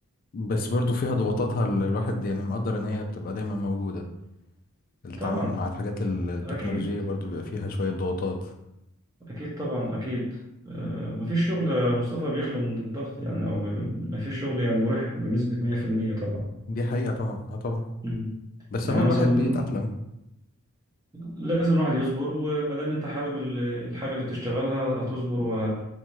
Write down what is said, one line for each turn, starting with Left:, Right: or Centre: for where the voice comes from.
Left: بس برضو فيها ضغوطاتها اللي الواحد يعني مقدر ان هي بتبقى دايما موجودة التعامل
Right: طبعا
Left: مع الحاجات ال- التكنولوجية
Right: أكيد
Left: برضو بيبقى فيها شوية ضغوطات
Right: أكيد طبعا أكيد آه، مفيش شغل يا مصطفى بيخلو من الضغط يعني أو مفيش شغل يعني مريح بنسبة 100% طبعا
Left: دي حقيقة طبعا اه طبعا
Right: مم.
Left: بس
Right: يعني
Left: هو
Right: أنا
Left: الواحد
Right: مثلا
Left: بيتأقلم
Right: بن... لازم الواحد يصبر وما دام أنت حابب ال- الحاجة اللي بتشتغلها هتصبر وه...